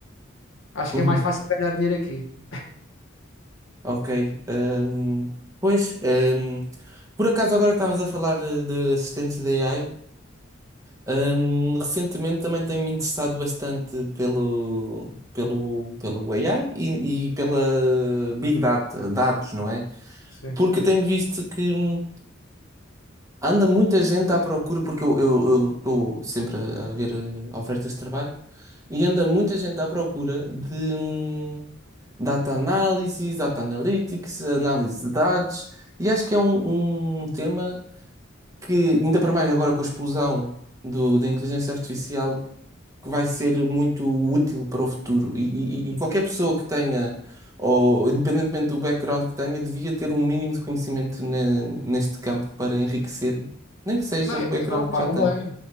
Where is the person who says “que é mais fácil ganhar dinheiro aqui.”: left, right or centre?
Left